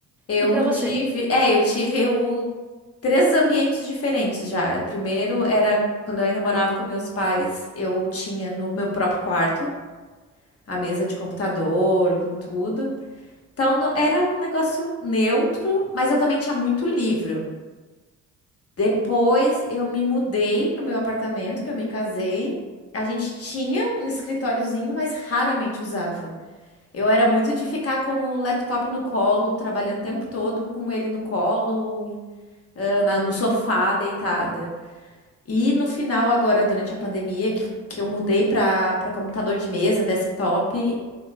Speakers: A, on the left; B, in the centre.
A: Eu
B: E para você?
A: tive, é, eu tive o, três ambientes diferentes já. O primeiro era quando eu ainda morava com meus pais, eu tinha no meu próprio quarto. a mesa de computador, com tudo. Então não- era um negócio neutro, mas eu também tinha muito livro. Depois eu me mudei pro meu apartamento, que eu me casei. A gente tinha um escritóriozinho, mas raramente usava. Eu era muito de ficar com o laptop no colo, trabalhando o tempo todo com ele no colo, ah, na- no sofá, deitada. E no final, agora, durante a pandemia, que, que eu mudei para para computador de mesa, desktop,